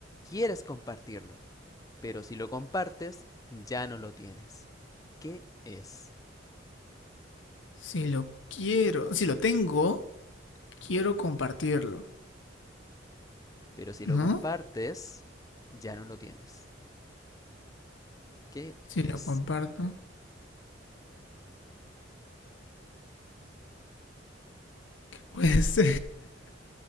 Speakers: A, on the left (about 20°); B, on the left (about 80°).
A: quieres compartirlo. Pero si lo compartes, ya no lo tienes. ¿Qué es?
B: Si lo quiero, si lo tengo, quiero compartirlo,
A: Pero si
B: ¿no?
A: lo compartes, ya no lo tienes. ¿Qué
B: Si
A: es?
B: lo comparto. Pues